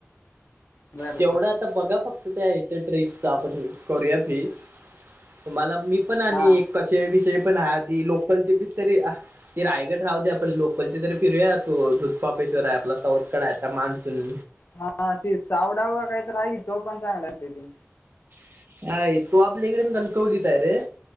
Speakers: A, on the left; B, on the right.
A: बर
B: तेवढं आता बघा फक्त त्या इथ ट्रिपच आपण करूया फिक्स तुम्हाला. मी पण आणि
A: हा
B: कशेळी बिशेळी पण आधी लोकलचे बिसलरी तरी रायगड राह दे आपण लोकलचे तरी फिरूया तो दुधपापे. <unintelligible> आपला चवथकड आहेता मान्सून.
A: हा ते सावडाव काहीत आहे की तो पण चांगला तिथे
B: <unintelligible> ह तो आपल्याकडे कणकवलीत ये रे